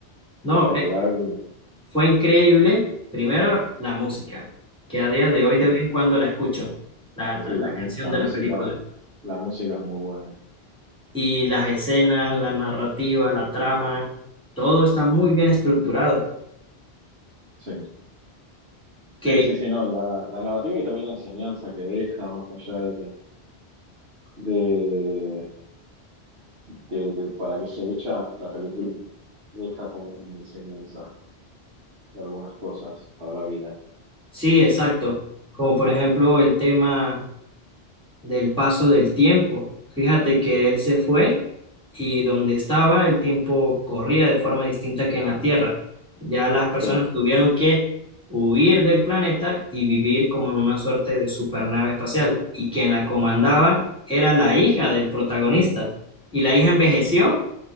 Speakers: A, in the centre; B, on the right.
A: No,
B: espectacular.
A: eh,
B: y-
A: fue increíble, primero, la música, que a día de hoy
B: sí,
A: de vez en cuando la escucho, la, la
B: sí,
A: la
B: la, mu-
A: canción
B: la
A: de
B: música,
A: la película.
B: la música es muy buena.
A: y las escenas, la narrativa, la trama, todo está muy bien estructurado.
B: Sí,
A: Que
B: sí, sí, sí, no, la, la narrativa y también la enseñanza que deja más allá de, de, de- de para qué se echa, la película deja como una enseñanza de algunas cosas para la vida.
A: sí, exacto. Como por ejemplo el tema del paso del tiempo. Fíjate que él se fue y donde estaba el tiempo corría de forma distinta que en la Tierra. Ya las personas
B: Sí,
A: tuvieron que huir del planeta y vivir como en una suerte de supernave espacial. Y quien la comandaba era la hija del protagonista. Y la hija envejeció